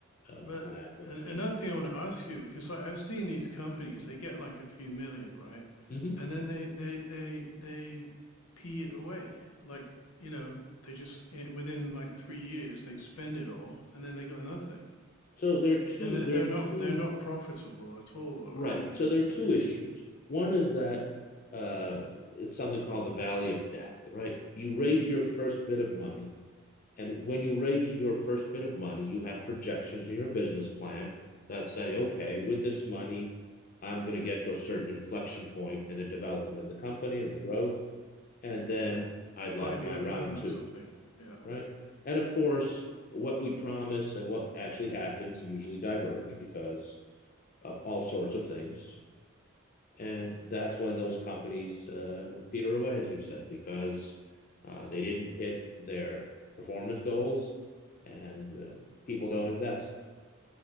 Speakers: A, on the left; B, on the left.
A: uh,
B: But
A: on average.
B: an- another thing I want to ask you, because like I've seen these companies, they get like a few million, right?
A: Mm-hmm.
B: And then they they they they pee it away. Like, you know, they just i- within like three years they spend it all, and then they got nothing.
A: So there are two
B: And they're,
A: there
B: they're
A: are
B: not
A: two
B: they're not profitable at all, or
A: Right.
B: you know,
A: So
B: it's
A: there
B: like
A: are two issues. One is that uh, it's something called the valley of death, right? You raise your first bit of money. And when you raise your first bit of money, you have projections in your business plan that say, okay, with this money, I'm going to get to a certain inflection point in the development of the company and the growth. And then
B: yeah,
A: I'd
B: five
A: like my
B: year
A: round
B: plan
A: two,
B: or something. Yeah.
A: right? And of course, what we promise and what actually happens usually diverge because of all sorts of things and that's when those companies uh, peter away, as you have said, because uh, they didn't hit their performance goals and uh, people don't invest.